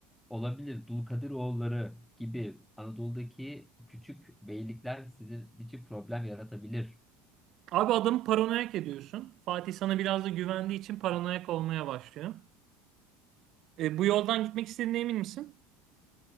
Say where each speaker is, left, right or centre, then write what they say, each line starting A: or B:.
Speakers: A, in the centre; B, on the right.
A: olabilir. Dulkadiroğulları gibi Anadolu'daki küçük beylikler sizin için problem yaratabilir.
B: Abi adamı paranoyak ediyorsun. Fatih sana biraz da güvendiği için paranoyak olmaya başlıyor. E, bu yoldan gitmek istediğine emin misin?